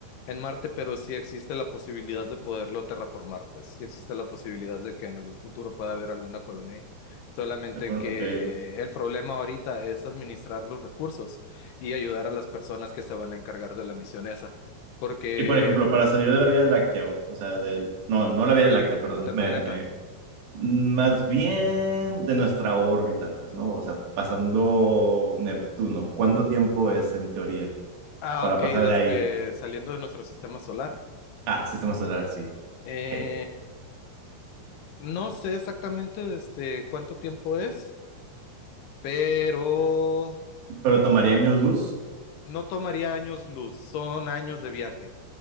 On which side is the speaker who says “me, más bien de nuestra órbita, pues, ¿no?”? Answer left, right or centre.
Right